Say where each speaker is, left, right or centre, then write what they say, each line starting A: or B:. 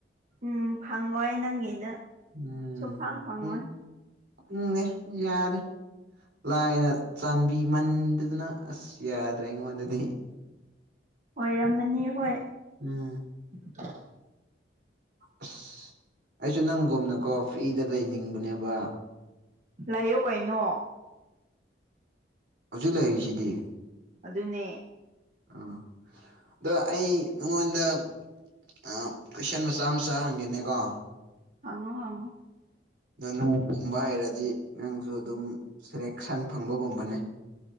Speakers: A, on the right; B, on the right.
A: ꯎꯝ ꯐꯪꯉꯣꯏ ꯅꯪꯒꯤꯗ
B: ꯎꯝ
A: ꯁꯨꯡ ꯐꯪ ꯐꯪꯉꯣꯏ
B: ꯎꯝ ꯈꯪꯗꯦ ꯌꯥꯗꯦ ꯂꯥꯏꯅ ꯆꯥꯟꯕꯤꯃꯟꯗꯗꯅ ꯑꯁ ꯌꯥꯗ꯭ꯔꯦ ꯑꯩꯉꯣꯟꯗꯗꯤ
A: ꯑꯣꯏꯔꯝꯃꯅꯤ ꯍꯣꯏ
B: ꯎꯝ
A: <inaudible>
B: ꯑꯁ ꯑꯩꯁꯨ ꯅꯪꯒꯨꯝꯅꯀꯣ ꯐ꯭ꯔꯤꯗ ꯂꯩꯅꯤꯡꯕꯅꯦꯕ
A: ꯂꯩꯥꯌꯨ ꯀꯩꯅꯣ
B: ꯍꯧꯖꯤꯛ ꯂꯩꯔꯤꯁꯤꯗꯤ
A: ꯑꯗꯨꯅꯦ
B: ꯎ ꯑꯗꯣ ꯑꯩ ꯅꯪꯉꯣꯟꯗ ꯑ ꯀꯨꯏꯁꯟ ꯃꯆꯥ ꯃꯆꯥ ꯍꯪꯒꯦꯅꯦꯀꯣ
A: ꯍꯪꯉꯣ ꯍꯪꯉꯣ
B: ꯑꯗꯣ ꯅꯪ ꯈꯨꯝꯕ ꯍꯩꯔꯗꯤ ꯅꯪꯁꯨ ꯑꯗꯨꯝ ꯁꯦꯂꯦꯛꯁꯟ ꯐꯪꯕꯒꯨꯝꯕꯅꯦ